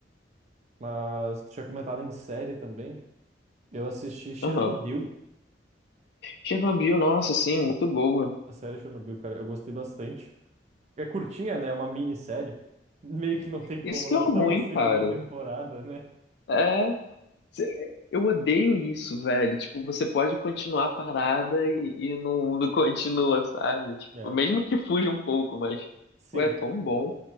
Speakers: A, on the right; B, on the left.
A: Mas tu tinha comentado em série também. Eu assisti Chernobyl,
B: Aham. Chernobyl, nossa, sim, muito boa.
A: a série Chernobyl, cara. Eu gostei bastante. É curtinha, né? É uma minissérie. Meio que não tem
B: Isso
A: como
B: que
A: lançar
B: é o ruim,
A: uma segunda
B: cara.
A: temporada, né?
B: É, cê- eu odeio isso, velho. Tipo, você pode continuar a parada e, e não, não <laughs> continua, sabe? Tipo,
A: É.
B: mesmo que fuja um pouco, mas
A: Sim,
B: pô, é tão bom.